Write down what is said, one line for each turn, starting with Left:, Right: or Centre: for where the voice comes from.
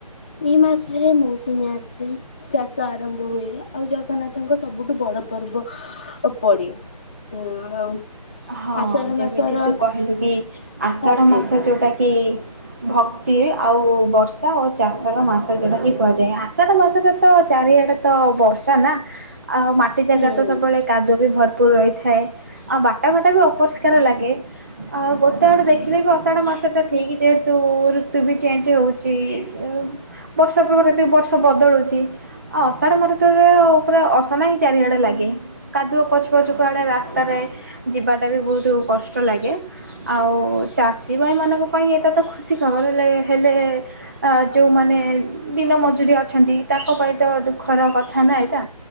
Left: ଏଇ ମାସରେ ମୌସୁମୀ ଆସେ। ଚାଷ ଆରମ୍ଭ ହୁଏ। ଆଉ ଜଗନ୍ନାଥଙ୍କ ସବୁଠୁ ବଡ ପର୍ବ ପଡ଼େ। ହଁ ଆଉ
Right: ହଁ
Left: ଆଷାଢ଼
Right: ଯେମିତି
Left: ମାସର
Right: ତୁ କହିଲୁ କି ଆଷାଢ
Left: ଖାସିୟତ
Right: ମାସ ଯୋଉଟା କି ଭକ୍ତି ଆଉ ବର୍ଷା ଓ ଚାଷର ମାସ ଯୋଉଟାକି କୁହାଯାଏ। ଆଷାଢ଼ ମାସରେ ତ ଚାରିଆଡ଼େ ତ ବ ର୍ଷା ନା ଆଉ ମାଟି ଜାଗାରେ
Left: ହୁଁ।
Right: ତ ସବୁବେଳେ କାଦୁଅ ବି ଭରପୁର ରହିଥାଏ। ଆଉ ବା ଟ ଘାଟ ବି ଅପରିଷ୍କାର ଲାଗେ। ଆଉ ଗୋଟେ ଆଡୁ ଦେଖ ଥିଲେ ବି ଅଷାଢ଼ ମାସଟା ଠିକ୍ ଯେହେତୁ ଋତୁ ବି ଚେଞ୍ଚ ହଉଚି। ଉଁ ବର୍ଷ ପରେ ବେଟେ ବର୍ଷ ବଦଳୁଚି ଆଉ ଅଷାଢ ମା <unintelligible> ପୁରା ଅସନା ହିଁ ଚାରିଆଡେ ଲାଗେ। କାଦୁଅ ପଚ ପଚ କୁ ଆଡେ ରାସ୍ତାରେ ଯିବାଟା ବି ବହୁତ କଷ୍ଟ ଲାଗେ ଆଉ ଚା ଚାଷୀ ଭାଇମାନଙ୍କ ପାଇଁ ଏଇଟା ତ ଖୁସି ଖବର ହେଲେ ହେଲେ ଆ ଯୋଉମାନେ ଦିନ ମଜୁରୀଆ ଅଛନ୍ତି ତାଙ୍କ ପାଇଁ ତ ଦୁଃଖର କଥା ନା ଏଟା।